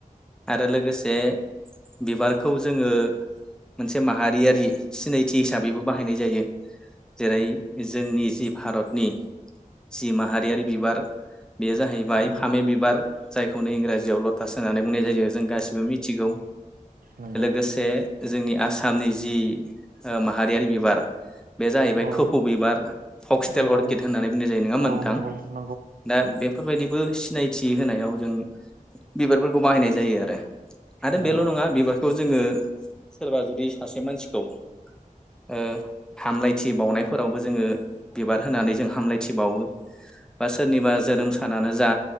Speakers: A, in the centre; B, on the right.
A: आरो लोगोसे बिबारखौ जोङो मोनसे माहारियारि सिनायथि हिसाबैबो बाहायनाय जायो जेरै जोंनि जि भारतनि जि माहारियारि बिबार बेयो जाहैबाय
B: नंगौ
A: फामे बिबार जायखौनो इंराजियाव लथास होननानै बुंनाय जायो जों गासिबो मिथिगौ
B: नंगौ
A: लोगोसे जोंनि आसामनि जि ओ माहारियारि बिबार बे जाहैबाय
B: औ
A: खो फौ बिबार अबिबार फक्सटेल
B: नंगौ
A: अर्किद होननानै बुंनाय जायो नङा मोनोंथां
B: औ नंगौ
A: दा बेफोरबायदिबो सिनायथि होनायाव जों बिबारफोरखौ बाहायनाय जायो आरो आरो
B: नंगौ
A: बेल'
B: नंगौ
A: नङा बिबारखौ जोङो सोरबा जुदि सासे मानसिखौ ओ हामलायथि बावनाय फोरावबो जोङो बिबार होनानै जों हामलायथिबावो बा सोरनिबा जोनोम सानानो जा